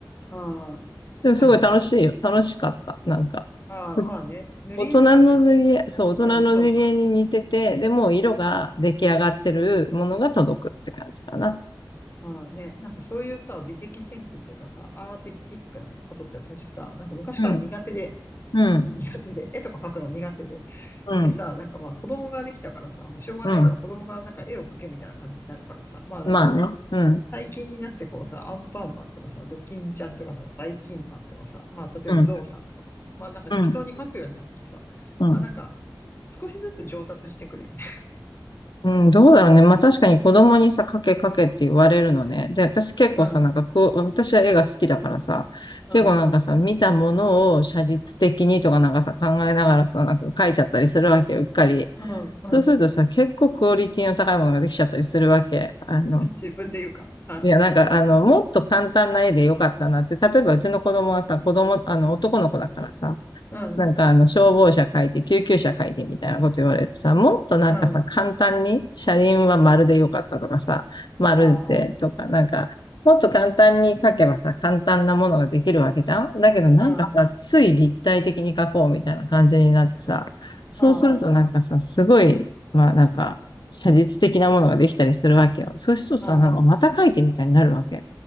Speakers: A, on the left; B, on the left.
A: ああ、
B: でもすごい楽しいよ。
A: なるほどね。
B: 楽しかった。なんか、
A: ああ、
B: そ
A: まあね。塗り絵とかね。
B: 大人の塗り絵、そう、大人の塗り絵に似てて、
A: うん、そうそう。
B: でも色が出来上がってるものが届くって感じかな。
A: ああね。なんかそういうさ、美的センスっていうかさ、アーティスティックなことって私さ、なんか昔から苦手で、
B: うん、うん、
A: 苦手で、絵とか描くの苦手で。
B: うん、
A: でさ、なんかまあ子供ができたからさ、まあしょうがないから子供がなんか絵を描けみたいな感じになるからさ、
B: うん。
A: まあなんか
B: まあね。うん。
A: 最近になってこうさ、アンパンマンとかさ、ドキンちゃんとかさ、バイキンマンとかさ、まあ例えばゾウさんとかさ、
B: うん。
A: まあなんか適当に描くようになるとさ、
B: うん。うん。
A: まあなんか少しずつ上達してくるよね。
B: うん、どうだろうね。まあ確かに子供にさ、かけかけって言われるのね。で、私結構さ、
A: <laughs>
B: なんかこう、私は絵が好きだからさ、
A: うん、
B: 結構なんかさ、
A: うん、
B: 見たものを写実的にとかなんかさ、考えながらさ、なんか描いちゃったりするわけよ、うっかり。
A: うん、うん。
B: そうするとさ、結構クオリティの高いものができちゃったりするわけ。あの、
A: 自分で言うか。うん、
B: いや、なんか、あの、もっと簡単な絵でよかったなって。例えば、うちの子供はさ、子供、あの、男の子だからさ、
A: うん、
B: なんかあの消防車書いて、救急車書いてみたいなこと言われるとさ、もっとなんかさ、
A: うん、
B: 簡単に車輪は丸でよかったとかさ、丸でとか、
A: ああ、
B: なんか、もっと簡単に書けばさ、簡単なものができるわけじゃんだけどなんかさ、
A: うん、
B: つい立体的に書こうみたいな感じになってさ、そうするとなんかさ、
A: うん、
B: すごい、まあなんか、写実的なものができたりするわけよ。そうするとさ、
A: うん、
B: なんかまた書いてみたいになるわけ。